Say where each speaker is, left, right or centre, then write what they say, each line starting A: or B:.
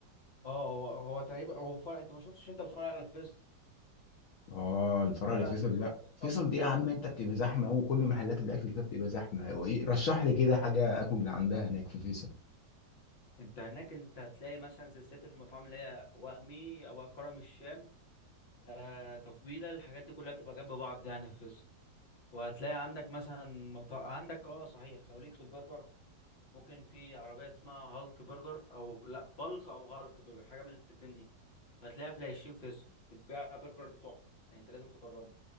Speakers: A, on the left; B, on the left.
A: اه هو هو تقريبا هو فرق انت ما شفتش انت الفرع اللي في فيصل
B: اه الفرع
A: ولا
B: اللي فيصل
A: اللي
B: لا
A: في فيصل
B: فيصل
A: ومين
B: دي يا عم انت بتبقى زحمه وكل محلات الاكل فيها بتبقى زحمه هو إيه- رشح لي كده حاجه اكل اللي عندها هناك في فيصل
A: انت هناك انت هتلاقي مثلا سلسله المطاعم اللي هي وهمي ابو كرم الشام آه تفضيله الحاجات دي كلها بتبقى جنب بعض يعني في فيصل وهتلاقي عندك مثلا مطا... عندك اه صحيح لو ليك في البرجر ممكن في عربية اسمها هالك برجر أو لأ بالك أو هالك برجر حاجة من الاتنين دي هتلاقيها في العشرين فيصل بتبيع برجر تحفة يعني أنت لازم تجربه